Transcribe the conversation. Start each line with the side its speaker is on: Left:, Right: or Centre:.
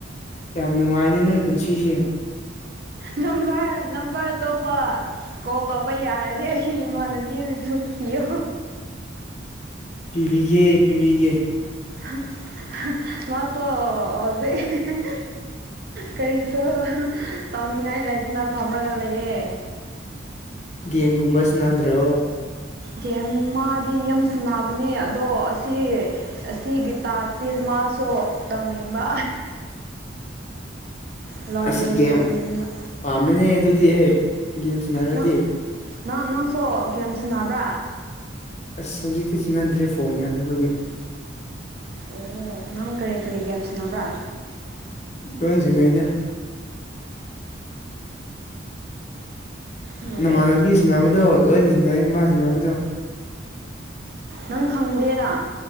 Left: ꯌꯥꯝ ꯅꯨꯡꯉꯥꯏꯅꯦ ꯅꯣꯏ ꯄꯨꯟꯁꯤꯁꯦ
Right: ꯅꯝꯕꯔ ꯅꯝꯕꯔ ꯑꯇꯣꯄ ꯀꯣꯜ ꯇꯧꯕ ꯌꯥꯔꯗꯤ ꯑꯩꯒꯤ ꯏꯃꯥꯅꯕꯤ ꯑꯃꯁꯨ ꯄꯤꯌꯣ
Left: ꯄꯤꯕꯤꯒꯦ ꯄꯤꯕꯤꯒꯦ
Right: <unintelligible> ꯑꯣꯖꯤꯛ ꯀꯔꯤꯁꯨ ꯇꯧꯅꯤꯡꯉꯥꯏ ꯂꯩꯇꯅ ꯐꯝꯔꯒ ꯂꯩꯌꯦ
Left: ꯒꯦꯝ ꯒꯨꯝꯕ ꯁꯥꯟꯅꯗ꯭ꯔꯣ
Right: ꯒꯦꯝ ꯃꯥꯗꯤ ꯌꯥꯝ ꯁꯥꯟꯅꯕꯅꯦ ꯑꯗꯣ ꯑꯁꯤ ꯑꯁꯤꯒꯤ ꯇꯥꯛꯁ ꯁꯦ ꯃꯥꯁꯨ ꯇꯧꯅꯤꯡꯕ
Left: <inaudible>
Right: ꯂꯣꯏꯅꯤꯡꯕ
Left: ꯑꯁ ꯒꯦꯝ ꯄꯥꯝꯕꯅꯦ ꯑꯗꯨꯗꯤ ꯒꯦꯝ ꯁꯥꯟꯅꯔꯗꯤ
Right: ꯅꯪ ꯅꯪ ꯅꯪꯁꯨ ꯒꯦꯝ ꯁꯥꯟꯅꯕ꯭ꯔꯥ
Left: ꯑꯁ ꯍꯧꯖꯤꯛꯇꯤ ꯁꯥꯟꯅꯗ꯭ꯔꯦ ꯐꯣꯟ ꯌꯥꯗꯕꯒꯤ
Right: ꯑꯣ ꯅꯪ ꯀꯔꯤ ꯀꯔꯤ ꯒꯦꯝ ꯁꯥꯟꯅꯕ꯭ꯔꯥ
Left: ꯂꯣꯏꯟ ꯁꯥꯟ ꯅꯩꯗ
Right: ꯅꯠꯇꯦ
Left: ꯅꯃꯥꯟꯅꯕꯤ ꯁꯥꯟꯅꯕꯗꯣ ꯂꯣꯏꯅ ꯁꯥꯟꯅꯩꯌꯦ ꯃꯥꯅ ꯁꯥꯟꯅꯕꯗꯣ
Right: ꯅꯪ ꯈꯪꯗꯦꯅ